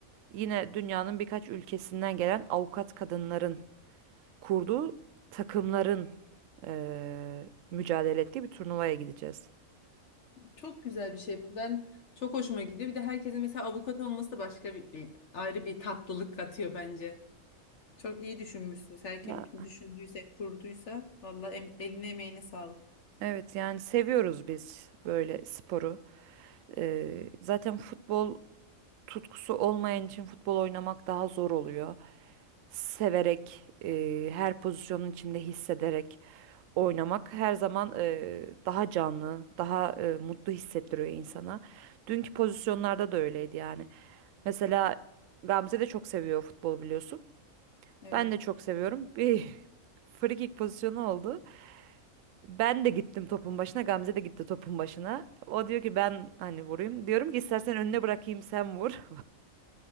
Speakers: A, on the right; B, on the left.
A: yine dünyanın birkaç ülkesinden gelen avukat kadınların kurduğu takımların eee, mücadele ettiği bir turnuvaya gideceğiz.
B: Çok güzel bir şey bu. Ben çok hoşuma gidiyor. Bir de herkesin mesela avukat olması da başka bir, bir- ayrı bir tatlılık katıyor bence. Çok iyi düşünmüşsünüz. Her
A: Ya
B: kim düşündüyse, kurduysa valla em, eline emeğine sağlık.
A: Evet yani seviyoruz biz böyle sporu. Eee, zaten futbol tutkusu olmayan için futbol oynamak daha zor oluyor. Severek, eee, her pozisyonun içinde hissederek oynamak her zaman eee, daha canlı, daha eee, mutlu hissettiriyor insana. Dünkü pozisyonlarda da öyleydi yani. Mesela Gamze de çok seviyor futbol biliyorsun.
B: Evet.
A: Ben de çok seviyorum. Bir <laughs> free kick pozisyonu oldu. Ben de gittim topun başına. Gamze de gitti topun başına. O diyor ki ben hani vurayım. Diyorum ki istersen önüne bırakayım sen vur. <laughs>